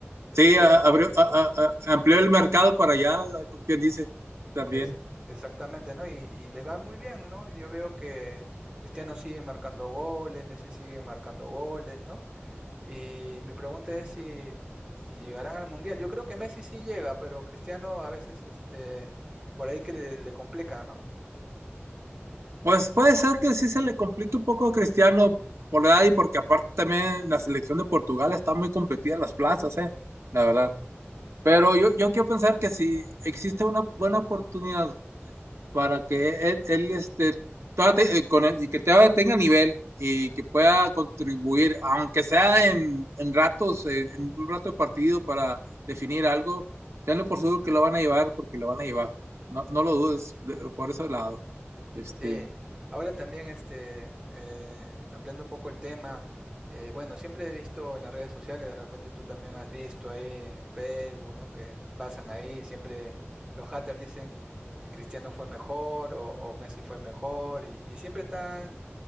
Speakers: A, on the right; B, on the right.
A: Así
B: Sí,
A: que
B: a-
A: a-
B: abrió, a- a- a- amplió el mercado para allá, como quien dice, también.
A: Es, exactamente, ¿no? Y, y les va muy bien, ¿no? Yo veo que Cristiano sigue marcando goles, Messi sigue marcando goles, ¿no? Y mi pregunta es si, si llegarán al Mundial. Yo creo que Messi sí llega, pero Cristiano a veces, este, por ahí que le, le complica, ¿no?
B: Pues puede ser que sí se le complique un poco a Cristiano por la edad y porque aparte también la selección de Portugal está muy competida en las plazas, eh, la verdad. Pero yo, yo quiero pensar que si existe una buena oportunidad para que él, él, este, trate, eh, con él- y que todavía tenga nivel y que pueda contribuir, aunque sea en, en ratos, en, en un rato de partido para definir algo, tenlo por seguro que lo van a llevar porque lo van a llevar. No, no lo dudes de- por ese lado. Este,
A: Sí, ahora también este, eh, ampliando un poco el tema, eh, bueno, siempre he visto en las redes sociales, de repente tú también has visto ahí en Facebook, ¿no? Que pasan ahí, siempre los haters dicen que Cristiano fue mejor o, o Messi fue mejor y, y siempre están